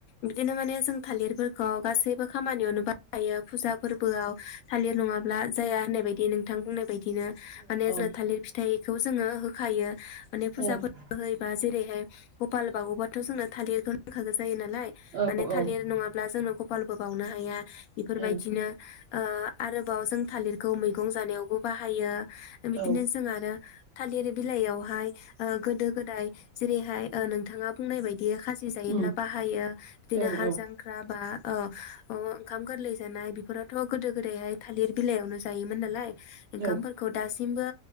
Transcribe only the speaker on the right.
ओं
औ
औ
ओं औ ओम औ ओम
औ
ओम
ओम
ओं
ओ
ओम औ